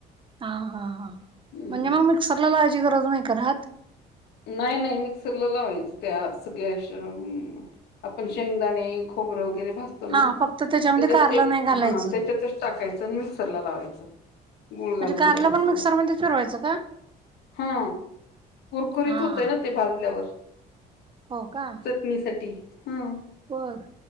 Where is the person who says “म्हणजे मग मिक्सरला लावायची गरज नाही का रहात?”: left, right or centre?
Right